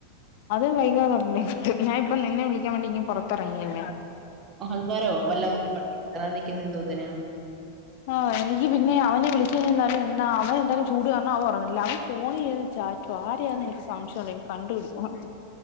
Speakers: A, on the left (about 50°); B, on the right (about 30°).
A: അത് വൈകാതെ തന്നെ കിട്ടും ഞാൻ ഇപ്പേ നിന്നെ വിളിക്കാൻ വേണ്ടി പുറത്തിറങ്ങിയല്ലേ
B: അഹങ്കാരോ വല്ലവരുടെയും പള്ളി കേറാൻ നിക്കുന്നെ എന്തോത്തിനാ
A: ആ എനിക്ക് പിന്നെ അവനെ വിളിച്ച് കഴിഞ്ഞാൽ അവൻ എന്തായാലും ചൂട പ്രവർലാവാ ഫോണിൽ ചാറ്റുവാ ആരെ ആ എന്ന് എനിക്ക് സംശയം ഉണ്ട് കണ്ടുപിടിക്കണം